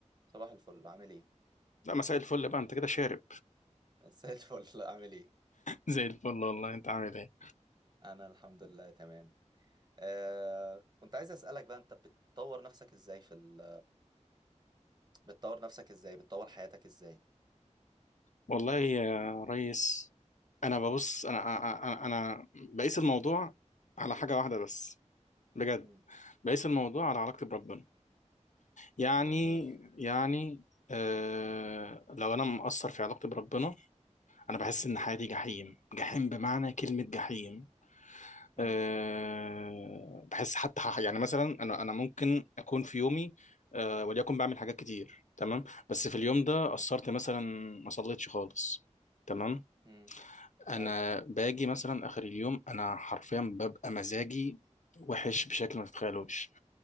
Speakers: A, on the right (about 35°); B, on the left (about 75°).
A: صباح الفل عامل ايه؟
B: لا مساء الفل بقى انت كده شارب
A: <laughs> مساء الفل عامل ايه؟
B: زي الفل والله انت عامل ايه
A: انا الحمد لله تمام آه، كنت عايز اسألك بقى انت بتطور نفسك ازاي في ال... <laughs> بتطور نفسك ازاي؟ بتطور حياتك ازاي؟
B: والله يا ريس انا ببص انا انا انا بقيس الموضوع على حاجه واحده بس بجد
A: مم.
B: بقيس الموضوع على علاقتي بربنا يعني
A: جميل
B: يعني آه لو انا مقصر في علاقتي بربنا انا بحس ان حياتي جحيم جحيم بمعنى كلمه جحيم
A: مم.
B: آه، بحس حتى ح- يعني مثلا انا انا ممكن اكون في يومي آه، وليكن بعمل حاجات كتير تمام بس في اليوم ده
A: مم.
B: قصرت مثلا ما صليتش خالص تمام
A: مم.
B: انا
A: حلو
B: باجي مثلا اخر اليوم انا حرفيا ببقى مزاجي وحش بشكل ما تتخيلوش